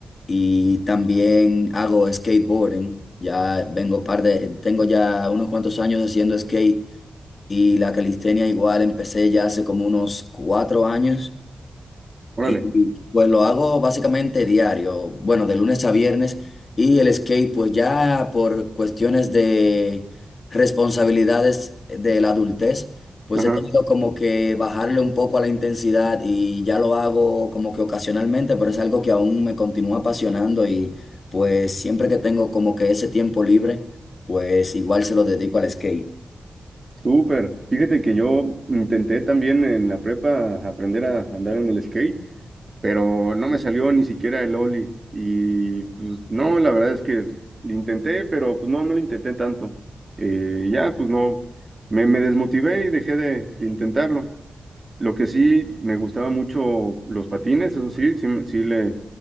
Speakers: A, on the left (about 55°); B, on the right (about 40°).
A: y también hago skateboarding. Ya vengo par de, tengo ya unos cuantos años haciendo skate y la calistenia igual empecé ya hace como unos cuatro años.
B: Órale.
A: Y pues lo hago básicamente diario, bueno, de lunes a viernes. Y el skate, pues ya por cuestiones de responsabilidades de la adultez, pues
B: Ajá,
A: he tenido como que bajarle un poco a la intensidad y ya lo hago como que ocasionalmente, pero es algo que aún me continúa apasionando y pues siempre que tengo como que ese tiempo libre, pues igual se lo dedico al skate.
B: súper. Fíjate que yo intenté también en la prepa aprender a andar en el skate pero no me salió ni siquiera el Oli. Y pues no, la verdad es que lo intenté, pero pues no, no lo intenté tanto. Eh, ya, pues no, me, me desmotivé y dejé de, de intentarlo. Lo que sí, me gustaba mucho los patines, eso sí, sí, me- sí le,